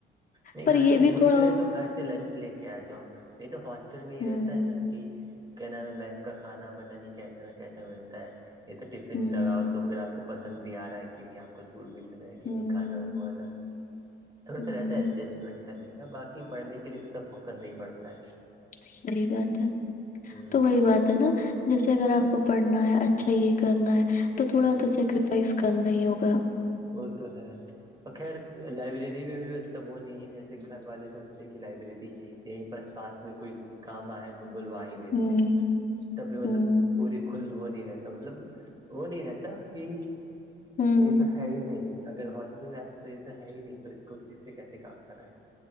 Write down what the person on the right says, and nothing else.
نہیں
گھر سے دور
بھی رہے تو گھر سے لنچ لے کے آ جاؤ نہیں تو ہاسٹل
میں ہی رہتا ہے نا کہ کیا نام ہے میس کا کھانا پت نہیں کیسا نہ کیسا ملتا ہے یہ تو ٹفن
لگاؤ تو پھر آپ کو پسند بھی آ رہا ہے کہ نہیں آپ کو سوٹ بھی کر رہا ہے کہ
نہیں کھانا وہ والا تھوڑا
سا رہتا ہے ایڈجسٹمنٹ کرنے کا باقی پڑھنے کے لیے تو سب کو کرنا ہی پڑتا ہے
ہ
ہ
وہ تو ہے ب خیر لائبریری میں بھی ا تو وہ نہیں ہے جیسے گھر والے سوچتے کہ لائبریری یہیں پس پاس میں کوئی کام آئے تو بلوائے لیتے
ہیں تبھی مطلب
پوری کل وہ نہیں رہتا مطلب وہ نہیں رہتا کہ
یہ تو ہے ہی نہیں اگر ہاسٹل میں آپ تو یہ تو ہے ہی نہیں تو اس کو اس سے کیسے کام کرائائے